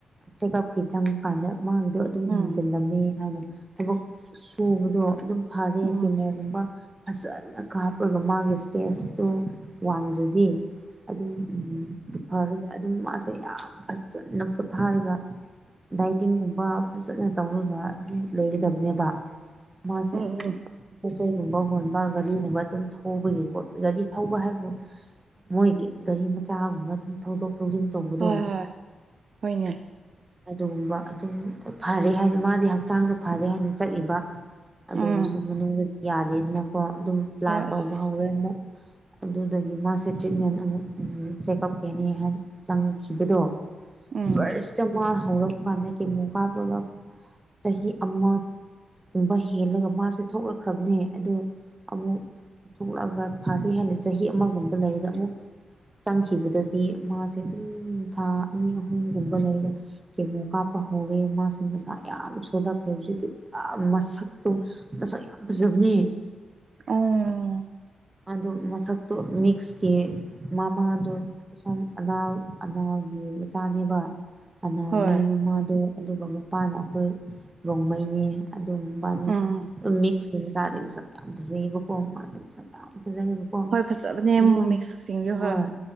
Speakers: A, on the right; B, on the right.
A: ꯆꯦꯒꯞꯀꯤ ꯆꯪꯕꯀꯥꯟꯗ ꯃꯥꯒꯤꯗꯨ ꯑꯗꯨꯝ
B: ꯎꯝ
A: ꯍꯦꯟꯖꯜꯂꯝꯃꯦ ꯍꯥꯏꯅ ꯊꯕꯛ ꯁꯨꯕꯗꯣ ꯑꯗꯨꯝ ꯐꯔꯦ
B: ꯎꯝ
A: ꯀꯦꯃꯣꯒꯨꯝꯕ ꯐꯖꯅ ꯀꯥꯞꯄꯒ ꯃꯥꯒꯤ ꯁ꯭ꯇꯦꯁꯇꯨ ꯋꯥꯡꯗ꯭ꯔꯗꯤ ꯑꯗꯨꯝ ꯎꯝ ꯐꯔꯒ ꯑꯗꯨꯝ ꯃꯥꯁꯦ ꯌꯥꯝ ꯐꯖꯅ ꯄꯣꯊꯥꯔꯒ ꯗꯥꯏꯇꯤꯡꯒꯨꯝꯕ ꯐꯖꯅ ꯇꯧꯔꯒ ꯑꯗꯨꯝ ꯂꯩꯒꯗꯕꯅꯦꯕ ꯃꯥꯁꯦ
B: ꯎꯝ
A: ꯑꯗꯨꯝ
B: ꯎꯝ
A: ꯄꯣꯠ ꯆꯩꯩꯒꯨꯝꯕ ꯍꯣꯟꯕ ꯒꯥꯔꯤꯒꯨꯝꯕ ꯑꯗꯨꯝ ꯊꯧꯕꯒꯤꯀꯣ ꯒꯥꯔꯤ ꯊꯧꯕ ꯍꯥꯏꯕꯨ ꯃꯣꯏꯒꯤ ꯒꯥꯔꯤ ꯃꯆꯥꯒꯨꯝꯕ ꯑꯗꯨꯝ ꯊꯧꯗꯣꯛ ꯊꯧꯖꯤꯟ ꯇꯧꯕꯗꯣ
B: ꯍꯣꯏ ꯍꯣꯏ ꯍꯣꯏꯅꯦ
A: ꯑꯗꯨꯒꯨꯝꯕ ꯑꯗꯨꯝ ꯐꯔꯦ ꯍꯥꯏꯗꯤ ꯃꯥꯗꯤ ꯍꯛꯆꯥꯡꯗꯨ ꯐꯔꯦ ꯍꯥꯏꯅ ꯆꯠꯂꯤꯕ ꯑꯗꯨ
B: ꯎꯝ
A: ꯑꯣꯏꯔꯁꯨ ꯃꯅꯨꯡꯗꯗꯤ ꯌꯥꯗꯦꯗꯅꯀꯣ ꯑꯗꯨꯝ ꯄ꯭ꯂꯥꯟ
B: ꯍꯣꯏ
A: ꯇꯧꯕ
B: ꯑꯁ
A: ꯍꯧꯔꯦ ꯑꯃꯨꯛ ꯑꯗꯨꯗꯒꯤ ꯃꯥꯁꯦ ꯇ꯭ꯔꯤꯠꯃꯦꯟ ꯑꯃꯨꯛ ꯎꯝ ꯆꯦꯛꯑꯞꯀꯦꯅꯤ ꯍꯥꯏꯅ ꯆꯪꯈꯤꯕꯗꯣ
B: ꯎꯝ
A: ꯐꯥꯔꯁꯇꯥ ꯃꯥ ꯍꯧꯔꯛꯄ ꯀꯥꯟꯗ ꯀꯦꯃꯣ ꯀꯥꯞꯄꯒ ꯆꯍꯤ ꯑꯃ ꯀꯨꯨꯝꯕ ꯍꯦꯜꯂꯒ ꯃꯥꯁꯦ ꯊꯣꯛꯂꯛꯈ꯭ꯔꯕꯅꯦ ꯑꯗꯣ ꯑꯃꯨꯛ ꯊꯣꯛꯂꯛꯑꯒ ꯐꯔꯦ ꯍꯥꯏꯅ ꯆꯍꯤ ꯑꯃꯒꯨꯝꯕ ꯂꯩꯔꯒ ꯑꯃꯨꯛꯁ ꯆꯪꯈꯤꯕꯗꯗꯤ ꯃꯥꯁꯦ ꯑꯗꯨꯝ ꯊꯥ ꯑꯅꯤ ꯑꯍꯨꯝꯒꯨꯝꯕ ꯂꯩꯔꯦ ꯀꯦꯃꯨ ꯀꯥꯞꯄ ꯍꯧꯋꯦ ꯃꯥꯁꯤꯡ ꯃꯁꯥ ꯌꯥꯝ ꯁꯣꯜꯂꯛꯈ꯭ꯔꯦ ꯍꯧꯖꯤꯛꯇꯤ ꯄꯨꯔꯥ ꯃꯁꯛꯇꯨꯝ ꯃꯁꯛ ꯌꯥꯝ ꯐꯖꯕꯅꯦ
B: <unintelligible>
A: ꯑꯗꯨ ꯃꯁꯛꯇꯨ ꯃꯤꯛꯁꯀꯤ ꯃꯃꯥꯗꯨ ꯑꯁꯨꯝ ꯑꯅꯥꯜ ꯑꯅꯥꯜꯒꯤ ꯃꯆꯥꯅꯦꯕ ꯑꯅꯥꯜꯅꯦ
B: ꯍꯣꯏ
A: ꯃꯃꯥꯗꯣ ꯑꯗꯨꯒ ꯃꯄꯥꯅ ꯑꯈꯣꯏ ꯔꯣꯡꯃꯩꯅꯦ ꯑꯗꯨꯝꯕꯅꯤꯁꯦ
B: ꯎꯝ
A: ꯑꯗꯨꯝ ꯃꯤꯛꯁꯀꯤ ꯃꯆꯥꯗꯤ ꯄꯁꯛ ꯌꯥꯝ ꯐꯖꯩꯌꯦꯕꯀꯣ ꯃꯥꯁꯦ ꯄꯁꯛ ꯌꯥꯝ ꯐꯖꯩꯕꯗꯣ ꯀꯣ
B: ꯍꯣꯏ ꯐꯖꯕꯅꯦ
A: ꯑꯗꯨꯅꯤ
B: ꯃꯤꯛꯁ ꯁꯤꯡꯗꯣ
A: ꯍꯣꯏ